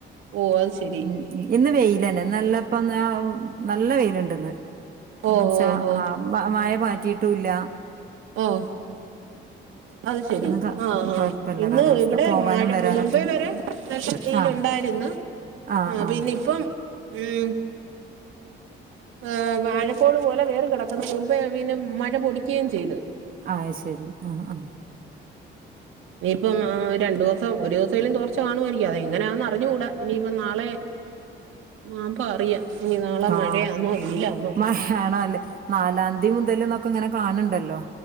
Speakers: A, on the right; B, on the right.
A: ഓ അത് ശരി
B: ഉം ഇന്ന് വെയിലന്നെ. ഇന്നല്ലപ്പം ന്ന് നല്ല വെയിലുണ്ട് ഇന്ന്.
A: ഓ
B: ന്ന് ച്ചാ
A: ഓ ഓ
B: ആ മഴ പാറ്റിയിട്ടൂല്ല.
A: ഓഹ് അത് ശെരി
B: ഇന്ന് ക
A: ആ ഹാ
B: കൊഴപ്പല്ല
A: ഇന്ന്
B: കാലാവസ്ഥ
A: ഇവിടെ
B: പോവാനും
A: മഴ
B: വരാനൊക്കെ
A: മുമ്പെ വരെ നല്ല വെയില്
B: ആഹ്
A: ഉണ്ടായിര്ന്ന്.
B: ആഹ്
A: ആ
B: ആഹ്
A: പിന്നെ ഇപ്പം ഉം വ് വാഴക്കോള് പോലെ കേറി കിടക്കുന്ന് കൊമ്പേ പിന്നെ മഴ പൊടിക്കേം ചെയ്ത്
B: ആയ്ശരി ആഹ് ആഹ്
A: ഇനീപ്പം രണ്ടു ദിവസം ഒരു ദിവസേലും തോർച്ച കാണുവായിരിക്കും. അതെങ്ങനാന്ന് അ റിഞ്ഞുകൂടാ ഇനിയിപ്പം നാളെ മാമ്പോ അറിയാ. ഇനി നാളെ
B: ആഹ്
A: മഴയാന്നോ വെയിലാന്നോ.
B: മഴയാണോ അല്ലേ നാലാംതി മുതൽന്നൊക്കെ ഇങ്ങനെ കാണണ്ടല്ലോ